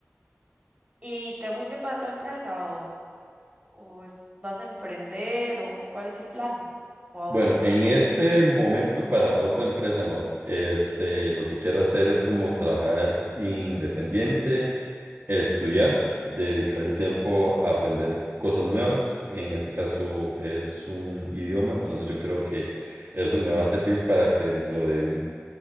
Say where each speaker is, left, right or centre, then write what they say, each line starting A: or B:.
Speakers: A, on the right; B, on the right.
A: ¿Y te fuiste para otra empresa o, o es- vas a emprender o cuál es el plan? ¿O aún
B: Bueno,
A: no hay
B: en
A: plan?
B: este momento para otra empresa no. Este, lo que quiero hacer es como trabajar independiente, estudiar, dedicarle tiempo a aprender cosas nuevas. En este caso es un idioma, entonces yo creo que eso me va a servir para que dentro de un